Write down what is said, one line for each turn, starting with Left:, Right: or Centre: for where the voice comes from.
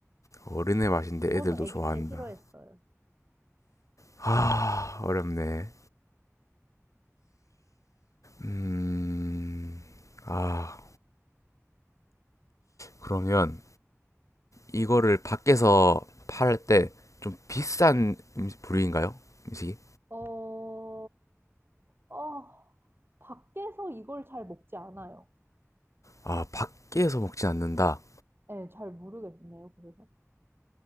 Left: 어른의 맛인데
Right: 저는
Left: 애들도
Right: 아기
Left: 좋아한다.
Right: 때 싫어했어요.
Left: 아, 어렵네. 음, 아, 그러면 이거를 밖에서 팔 때 좀 비싼 음식 부류인가요? 음식이?
Right: 어, 어, 밖에서 이걸 잘 먹지 않아요.
Left: 아, 밖에서 먹진 않는다.
Right: 네, 잘 모르겠네요, 그래서.